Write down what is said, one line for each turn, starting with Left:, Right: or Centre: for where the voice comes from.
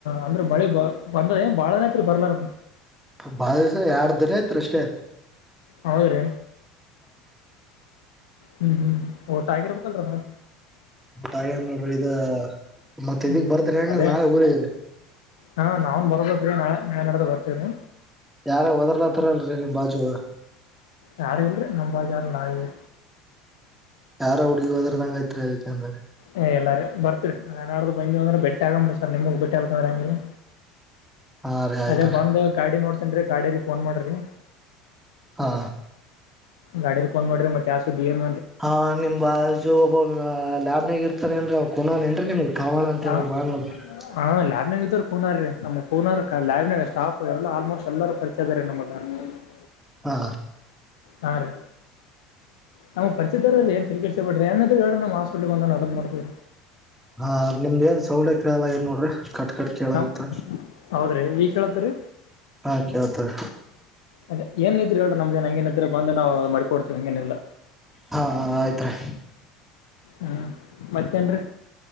Left: ಅಂದ್ರೆ ಮಳೆ ಬಂದ್ ಬಂದದ ಏನ್ ಬಾಳನತ್ರಿ ಬರ್ಲಾರ್
Centre: ಬಹಳ ದಿವಸ್ ಎರಡ್ ಆಯ್ತು ರಿ ಅಷ್ಟೇ.
Left: ಹೌದ್ರೀ ಹ್ಮ್ ಹ್ಮ್ ಊಟ ಆಗಿರ್ಬೇಕಲ್ರ ಅದ್ರ.
Centre: ಬಟ್ ಹಾಗ ಏನ್ ನೋಡ್ರಿ ಇದ ಮತ್
Left: ಹ್ಮ್
Centre: ಇದಕ್ ಬರ್ತರಿ <unintelligible>
Left: ಅದೇ
Centre: ನಾಳೆ ಊರಿ ಗೆ.
Left: ಹಾ ನಾವು ಬರಬೇಕು. <unintelligible> ಬರ್ತಿವ್ ರಿ.
Centre: ಯಾರ ವಾದರ್ಲಾತ್ತಾರಲ್ರರಿ ನಿಮ್ಮ ಬಾಜು.
Left: ಯಾರ ಇಲ್ರಿ ನಮ್ಮ ಬಾಜು
Centre: ಯಾರ ಹುಡುಗಿ ವಾದ್ರೂದ್ದಂಗ ಐತ್ರಿ ಅದಿಕ್ಕೆ ಅಂದೆ.
Left: ಹೆ ಎಲ್ಲಾರ ಬರ್ತ್ರಿ ನನಡ್ದ ಬಂದೀವ ಅ್ರ ಬಿಟ್ಟ ಆಗಂಬ್ರಿ ಸರ್ ನಿಮಗ್ ಬಿಟ್ಟಿ ಅಲ್ಕಂದ್ರಿ ಅಂಗೀ.
Centre: ಹಾ ರೀ ಆಯ್ತ್ರಿ
Left: ಅದೇ ಬಂದ್ ಗಾಡಿ ನೋಡ್ತೇನ್ರಿ ಗಾಡ ಫೋನ್ ಮಾಡ್ರಿ.
Centre: ಹಾ
Left: ಗಾಡಿ ಫೋನ್ ಮಾಡ್ರರಿ ಮತ್ತೆ ಆ ಸುದ ಏನ್
Centre: ಹಾ ನಿಮ್ಮ ಬಾಜು ಒಬ್ಬಲ್ಯಾಬ್ನಾಗ ಇರ್ತಾನೇಏನ್ರ ಅವನು ಕುನಾನೇನ್ರೀ ನಿಮ್ಗೆ. ಕಾವಳ ಅಂತಾ
Left: ಹ
Centre: ಹೇಳಿ ಬಾಳ <unintelligible>
Left: ಹಾ ಲ್ಯಾಬ್ನಾಗ ಇದ್ ಕೂನ ರೀ ನಮ್ಎ ಕೂನಾರ್ ಲ್ಯಬ್ನಾಗ ಸ್ಟಾಫ್ ಎಲ್ಲಾ ಆಲ್ಮೋಸ್ಟ್ ಎಲ್ಲರೂ ಪರಿ <unintelligible>
Centre: ಹಾ
Left: ಹಾ ರೀ ನಮ್ಮ ಪರಿಚರಲ್ಲಿ ಏನ್ ತೇಲಿ ಕೆಡುಸ್ಕ ಬಿಡ್ರೀ ಏನರ ಇದ್ರೆ ಹೇಳ ನಮ್ಮ ಹಸ್ಪಟ್ಲ್ ಬಂದು <unintelligible> ಅದ ಮಾಡಿ.
Centre: ಹಾ ನಿಮ್ದ್ ಏನ್ ಸೌಳ್ಳ್ಯ ಗ್ಯ ಅ ಏ ನೋಡ್ರಿ ಕಟ್ ಕಟ್ ಕೆೇಳಗತ್ತ
Left: ನಮ್ ಹೌದ್ರಿ ಈಗ ಕೇಳತ್ರಿ
Centre: ಹಾ ಕೇಳ್ತದ.
Left: ಅದೇ ಏನ್ನಿದ್ರ ಹೇಳ್ರ ನಮ್ದನ್ ಹಂಗೇನ ಇದ್ರ ಬಂದು ನಾವು ಮಾಡಿ ಕೊಡ್ತೀವಿ ಹಂಗೆನಿಲ್ಲ.
Centre: ಹಾ ಹಾ ಆಯ್ತ್ರಿ.
Left: ಹ್ಮ್ ಮತ್ತೇನ್ರಿ.